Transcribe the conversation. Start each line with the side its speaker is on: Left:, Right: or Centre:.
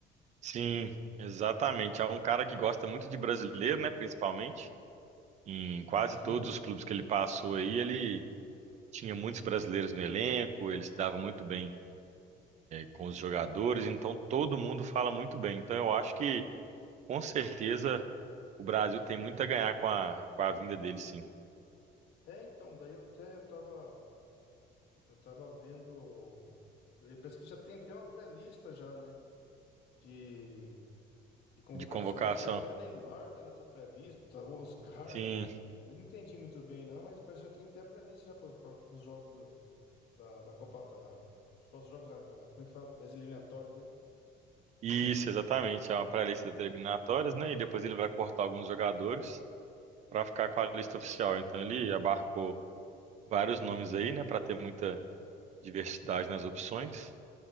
Right: Sim, exatamente. É um cara que gosta muito de brasileiro, né? Principalmente. Em quase
Left: Sim.
Right: todos os clubes que ele passou aí, ele tinha muitos brasileiros no elenco, ele se dava muito bem com os jogadores, então todo mundo fala muito bem. Então eu acho que com certeza o Brasil tem muito a ganhar com a, com a vinda dele, sim,
Left: É, então, daí eu até eu tava. Eu tava vendo. e Parece que já tem até uma pré-lista já, né? De, de convocação
Right: de convocação.
Left: dele, que já até o Neymar tá nessa pré-lista, o Oscar.
Right: Sim,
Left: Eu não entendi muito bem, não, mas parece que já tem até a pré-lista já para os jogos do- da, da Copa. Da, os próximos jogos da, da- Como é que fala? Das eliminatórias, né?
Right: isso, exatamente. É uma pré-lista das eliminatórias, né? E depois ele vai cortar alguns jogadores para ficar com a lista oficial. Então ele abarcou vários nomes aí, né, para ter muita diversidade nas opções.